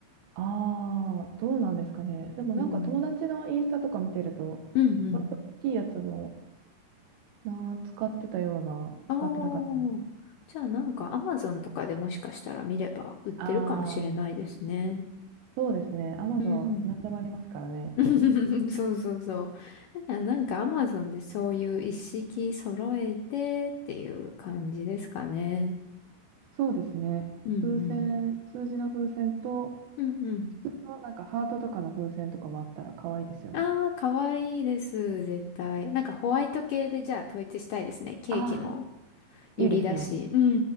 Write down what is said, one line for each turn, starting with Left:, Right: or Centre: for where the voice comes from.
Right: ああ、どうなんですかね。でもなんか友達のインスタとか見てると、
Left: うん。うんうん。
Right: 割と大きいやつもあー使ってたような、
Left: ああ。
Right: 使ってなかったような。
Left: じゃあ、なんか、アマゾンとかでもしかしたら見れば、売ってるかもしれないですね。
Right: ああ、そうですね。アマゾン、
Left: うん。
Right: 何でもありますからね。
Left: <laughs> そうそうそう。だからなんかアマゾンでそういう一式揃えてっていう感じですかね。
Right: そうですね。
Left: うんうん。
Right: 風船、数字の風船と、
Left: うんうん。
Right: 普通のなんかハートとかの風船とかもあったら可愛いですよね。
Left: ああ、かわいいです、絶対。なんかホワイト系でじゃあ統一したいですね。ケーキも
Right: ああ、
Left: ユリだし。
Right: いいですね。
Left: うんう